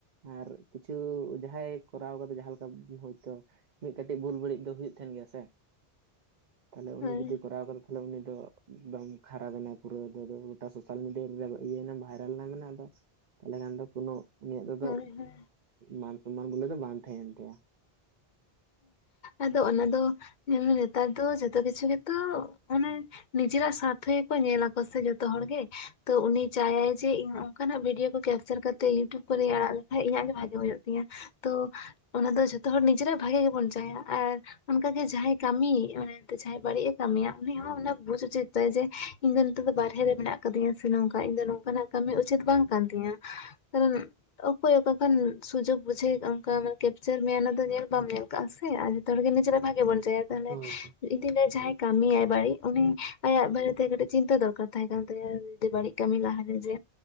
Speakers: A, on the right; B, on the left.
A: ᱟᱨ ᱠᱤᱪᱷᱩ ᱡᱟᱦᱟᱸᱭ ᱠᱚᱨᱟᱣ ᱠᱟᱫᱟ ᱡᱟᱦᱟᱸ ᱞᱮᱠᱟ ᱦᱚᱭᱛᱚ ᱢᱤᱫ ᱠᱟᱹᱴᱤᱡ ᱵᱩᱞ ᱵᱟᱹᱲᱤᱡ ᱫᱚ ᱦᱩᱭᱩᱜ ᱛᱟᱦᱮᱱ ᱜᱮᱭᱟ ᱥᱮ ᱛᱟᱦᱚᱞᱮ ᱩᱱᱤ
B: ᱦᱳᱭ
A: ᱡᱩᱫᱤ ᱵᱚᱨᱟ-ᱵᱚᱨ ᱵᱷᱩᱞ ᱟᱭ ᱩᱱᱤ ᱫᱚ ᱮᱠᱫᱚᱢ ᱠᱷᱟᱨᱟᱯ ᱮᱱᱟ ᱯᱩᱨᱟᱹ ᱜᱚᱴᱟ ᱥᱚᱥᱟᱞ ᱢᱤᱰᱤᱭᱟ ᱨᱮ ᱤᱭᱟᱹᱭ ᱵᱷᱟᱭᱨᱟᱞ ᱮᱱᱟ ᱢᱮᱱᱟ ᱟᱫᱚ ᱛᱟᱦᱚᱞᱮ ᱠᱷᱟᱱ ᱫᱚ ᱠᱚᱱᱚ ᱩᱱᱤᱭᱟᱜ ᱛᱮ ᱫᱚ
B: ᱦᱳᱭ ᱦᱳᱭ
A: ᱢᱟᱱ-ᱥᱚᱢᱢᱟᱱ ᱵᱚᱞᱮ ᱫᱚ ᱵᱟᱝ ᱛᱟᱦᱮᱱ ᱛᱟᱭᱟ
B: ᱟᱫᱚ ᱚᱱᱟ ᱫᱚ ᱟᱫᱚ ᱡᱚᱛᱚ ᱠᱤᱪᱷᱩ ᱜᱮᱛᱚ ᱢᱟᱱᱮ ᱱᱤᱡᱮᱨᱟᱜ ᱥᱟᱨᱛᱷᱚ ᱜᱮᱠᱚ ᱧᱮᱞᱟᱠᱚ ᱥᱮ ᱡᱚᱛᱚ ᱦᱚᱲ ᱜᱮ ᱛᱚ ᱩᱱᱤ ᱪᱟᱭᱟᱭ ᱡᱮ ᱤᱧ ᱚᱱᱠᱟᱱᱟᱜ ᱵᱷᱤᱰᱭᱚ ᱠᱚ ᱠᱮᱯᱪᱟᱨ ᱠᱟᱛᱮᱜ ᱤᱭᱩᱴᱩᱵ ᱠᱚᱨᱮᱧ ᱟᱲᱟᱜ ᱞᱮᱠᱷᱟᱡ ᱤᱧᱟᱹᱜ ᱜᱮ ᱵᱷᱟᱜᱮ ᱦᱩᱭᱩᱜ ᱛᱤᱧᱟ ᱛᱚ ᱚᱱᱟ ᱫᱚ ᱡᱚᱛᱚ ᱦᱚᱲ ᱱᱤᱡᱮᱨᱟᱜ ᱵᱷᱟᱜᱤ ᱜᱮᱵᱚᱱ ᱪᱟᱭᱟ ᱟᱨ ᱚᱱᱠᱟᱜᱮ ᱡᱟᱦᱟᱸᱭ ᱠᱟᱹᱢᱤ ᱡᱟᱦᱟᱸᱭ ᱵᱟᱹᱲᱤᱡ ᱮ ᱠᱟᱹᱢᱤᱭᱟ ᱩᱱᱤ ᱦᱚᱸ ᱮ ᱵᱩᱡ ᱩᱪᱤᱛ ᱛᱟᱭ ᱡᱮ ᱤᱧ ᱫᱚ ᱱᱤᱛᱚᱜ ᱫᱚ ᱵᱟᱨᱦᱮ ᱨᱮ ᱢᱮᱱᱟᱜ ᱟᱠᱟᱫᱤᱧᱟ ᱥᱮ ᱱᱚᱝᱠᱟ ᱤᱧ ᱫᱚ ᱱᱚᱝᱠᱟᱱᱟᱜ ᱠᱟᱹᱢᱤ ᱩᱪᱤᱛ ᱵᱟᱝ ᱠᱟᱱ ᱛᱤᱧᱟ ᱠᱚᱱ ᱚᱠᱚᱭ ᱚᱠᱟ ᱠᱷᱚᱱᱟᱱ ᱥᱩᱡᱳᱜᱽ ᱵᱩᱡᱷᱟᱹᱣ ᱚᱱᱠᱟ ᱠᱮᱯᱪᱟᱨ ᱢᱮᱭᱟ ᱚᱱᱟ ᱫᱚ ᱧᱮᱞ ᱵᱟᱢ ᱧᱮᱞ ᱠᱟᱜᱼᱟ ᱥᱮ ᱟᱨ ᱡᱚᱛᱚ ᱦᱚᱲ ᱜᱮ ᱱᱤᱡᱮᱨ ᱵᱷᱟᱜᱤ ᱵᱚᱱ ᱪᱟᱭᱟ ᱛᱟᱦᱚᱞᱮ
A: ᱦᱳᱭ
B: ᱤᱧᱫᱚ ᱞᱟᱹᱭᱟ ᱡᱟᱦᱟᱸᱭ ᱠᱟᱹᱢᱤᱭᱟᱭ ᱵᱟᱹᱲᱤᱡ ᱩᱱᱤ ᱟᱭᱟᱜ ᱵᱟᱨᱮᱛᱮ ᱠᱟᱹᱴᱤᱡ ᱪᱤᱱᱛᱟᱹ ᱫᱚᱨᱠᱟᱨ ᱛᱟᱦᱮᱸ ᱠᱟᱱ ᱛᱟᱭᱟ ᱡᱤᱫᱤ ᱵᱟᱹᱲᱤᱡ ᱠᱟᱹᱢᱤ ᱞᱟᱦᱟᱨᱮ ᱡᱮ